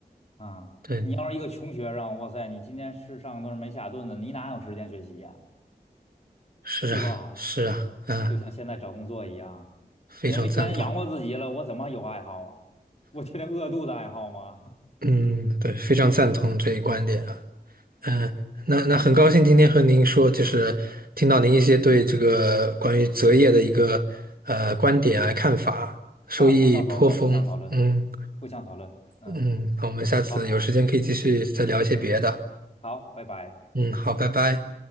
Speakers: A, on the left; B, on the right.
A: 啊。
B: 对，
A: 你要是一个穷学生，哇塞，你今天吃上顿没下顿的，你哪有时间学习呀？
B: 是啊，
A: 对吧？
B: 是啊，啊，
A: 就像现在找工作一样，
B: 非常赞同，
A: 你都没钱养活自己了，我怎么有爱好啊？<laughs> 我天天饿肚子爱好吗？
B: 嗯，对，非常赞同这一观点啊。嗯，
A: <laughs>
B: 那那很高兴今天和您说，
A: 对，
B: 就是听到您一些对这个关于择业的一个呃观点啊看法，受益颇丰。
A: 啊，互相讨论，互相讨论，
B: 嗯
A: 互相讨论。嗯，
B: 嗯，那我们下次有时间可以继续再聊一些别的。
A: 好，好，拜拜。
B: 嗯，好，拜拜。